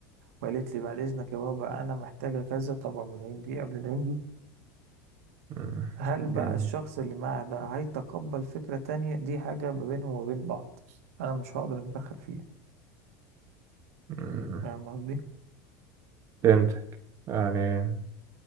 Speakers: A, on the right; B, on the right.
A: وقالت لي بعد اذنك يا بابا انا محتاجة كذا طبعا من عندي قبل العندي
B: امم
A: هل بقى
B: جامد.
A: الشخص اللي معاه ده هيتقبل فكرة تانية دي حاجة ما بينهم وبين بعض انا مش هقدر اتدخل فيها
B: امم.
A: فاهم قصدي
B: فهمتك يعني